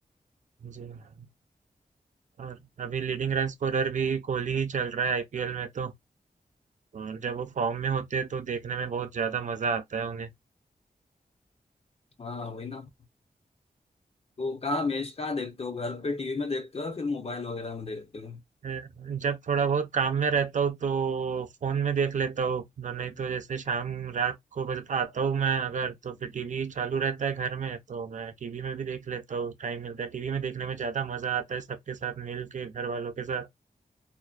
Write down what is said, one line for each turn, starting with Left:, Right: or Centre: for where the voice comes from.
Right: जी हाँ, और अभी लीडिंग रन स्कोरर भी कोहली ही चल रहा है आईपीएल में तो और जब वो फॉर्म में होते हैं तो देखने में बहुत ज्यादा मजा आता है उन्हें
Left: हाँ वही ना तो कहाँ मैच कहाँ देखते हो घर पे टीवी में देखते हो या फिर मोबाइल वगैरह में देखते हो
Right: मैं जब थोड़ा बहुत काम में रहता हूँ तो फोन में देख लेता हूँ न- नहीं तो जैसे शाम रात को बस आता हूँ मैं अगर तो फिर टीवी चालू रहता है घर में तो मैं टीवी में भी देख लेता हूँ टाइम मिलता है टीवी में देखने में ज्यादा मजा आता है सबके साथ मिल के घर वालों के साथ